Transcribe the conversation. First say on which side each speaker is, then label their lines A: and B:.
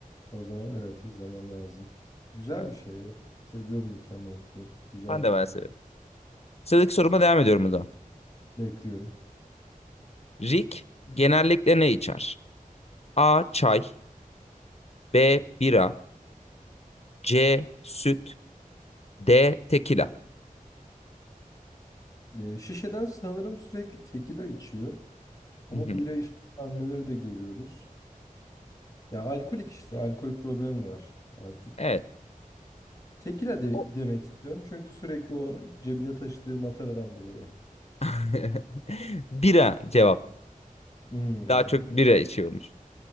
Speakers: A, on the left; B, on the left.
A: O zaman evet izlemen lazım. Güzel
B: Evet.
A: bir şey ya. Seviyorum Rick and Morty'yi. Güzel
B: Ben
A: bir
B: de
A: dizi.
B: bayağı seviyorum. Sıradaki soruma devam ediyorum o zaman.
A: Bekliyorum.
B: Rick genellikle ne içer? A. Çay B. Bira C. Süt D. Tekila.
A: Ee, şişeden sanırım sürekli tekila içiyor. Ama
B: Hı hı.
A: bira içtiği sahneleri de görüyoruz. Ya alkolik işte. Alkol problemi var artık.
B: Evet.
A: Tekila de
B: O-
A: demek istiyorum. Çünkü sürekli o cebine taşıdığı mataradan dolayı.
B: <laughs> Bira cevap.
A: Hmm,
B: Daha çok bira içiyormuş.